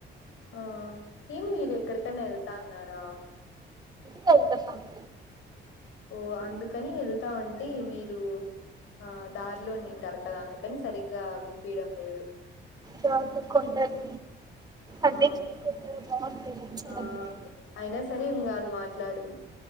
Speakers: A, on the left; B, on the right.
A: ఆ ఏం మీరు ఎక్కడికైనా ఎళ్తాన్నారా
B: తస్త <inaudible>
A: ఓ అందుకని వెళ్తా అంటే మీరు ఆ దారిలో నింటారు కదా గా విన్ పీడం లేదు
B: దాంట్లో కొండలు అన్నీ
A: ఆ
B: చూసుకుంటే బాగుంటాయి
A: ఆ అయినా సరే ఇకా అదు మాట మాట్లాడు